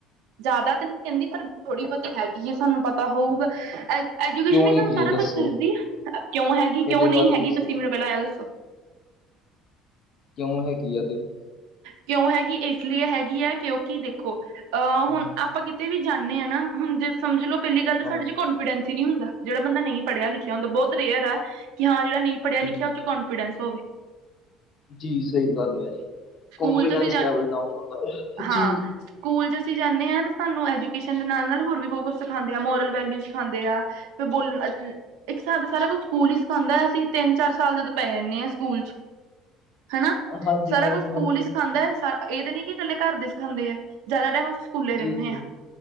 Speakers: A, on the right; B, on the left.
A: ਜ਼ਿਆਦਾ ਤਾਂ ਨਹੀਂ ਕਹਿੰਦੀ, ਪਰ ਥੋੜ੍ਹੀ ਬਹੁਤੀ ਹੈਗੀ ਹੈ, ਸਾਨੂੰ ਪਤਾ ਹੋਊਗਾ ਐਜੂਕੇਸ਼ਨ
B: ਕਿਉਂ
A: ਹੀ
B: ਹੈਗੀ
A: ਸਾਨੂੰ ਸਾਰਾ
B: ਹੈ ਦੱਸੋ
A: ਕੁਛ ਦੱਸਦੀ, ਕਿਉਂ ਹੈਗੀ?
B: ਇਹਦੇ
A: ਕਿਉਂ ਨਹੀਂ
B: ਬਾਰੇ
A: ਹੈਗੀ? ਤੁਸੀਂ ਮੈਨੂੰ ਪਹਿਲਾਂ ਆ ਦੱਸੋ
B: ਕਿਉਂ ਹੈਗੀ ਹ?
A: ਕਿਉਂ ਹੈਗੀ? ਇਸ ਲਈ ਹੈਗੀ ਹੈ ਕਿਉਂਕਿ ਦੇਖੋ ਅਹ ਹੁਣ
B: ਹਮ,
A: ਆਪਾਂ ਕਿਤੇ ਵੀ ਜਾਂਦੇ ਹਾਂ ਨਾ ਹੁਣ ਜੇ ਸਮਝ ਲੋੋ ਪਹਿਲੀ ਗੱਲ ਤਾਂ
B: ਹਾਂ
A: ਸਾਡੇ ਚ ਕੋਂਫੀਡੈਂਸ ਨਹੀਂ ਹੁੰਦਾ ਜਿਹੜਾ ਬੰਦਾ ਨਹੀਂ ਪੜ੍ਹਿਆ ਲਿਖਿਆੁੰਦਾ ਬਹੁਤੇਅਰ ਹੈ ਕਿ ਹ ਜਿਹੜ ਨਹੀਂ ਪੜਿਆ
B: ਜੀ।
A: ਲਿਖਿਆ ਉਹ ਚ ਕੋਂਫੀਡੈਂਸ ਹੋਵੇ
B: ਜੀ ਸਹੀ ਗੱਲ ਹੈ। ਜੀ
A: ਸਕੂਲ
B: ਕੌਨਫੀਡੈਂਸ
A: ਚ ਅਸੀਂ
B: ਲੈਵਲ ਡਾਊਨ ਹੁੰਦਾ ਹੈ।
A: ਹਾਂ,
B: ਜੀ।
A: ਸਕੂਲ ਚ ਅਸੀਂ ਜਾਂਦੇ ਹਾਂ ਸਾਨੂੰ ਐਜੂਕੇਸ਼ਨ ਦੇ ਨਾਲ-ਨਾਲ ਹੋਰ ਵੀ ਬਹੁਤ ਕੁਛ ਸਿਖਾਂਦੇ ਆ ਮੋਰਲ ਵੈਲਿਊ ਸਿਾਉਂਦੇ ਆ ਬੋਲਣਾ ਜੀ ਇੱਕ ਥਾਂ ਤੇ ਸਾਰਾ ਕੁਝ ਸਕੂਲ ਹੀ ਸਿਖਾਉਂਦਾ ਅਸੀਂ ਤਿੰਨ ਚਾਰ ਸਾਲ ਦੇ ਤਾਂ ਪੈ ਜਾਂਦੇ ਹਾਂ ਸਕੂਲ ਚ ਹਨਨਾ
B: ਹਾਂਜੀ-ਹਾਂਜੀ-ਹਾਂਜੀ
A: ਸਾਰਾ ਕੁਛ ਸਕੂਲ ਹੀ ਸਿਖਾਂਦਾ, ਹੈਾ ਇਹ ਤੇ ਨੀ ਕਿ ਇਕੱਲੇ ਘਰ ਦੀ ਸਿਖਾਉਦੇ ਹੈ ਜ਼ਿਆਦਾ ਟਾਈਮ ਂ ਸਕੂਲੇ ਰਹਿੰਦੇ
B: ਜੀ-ਜੀ।
A: ਆ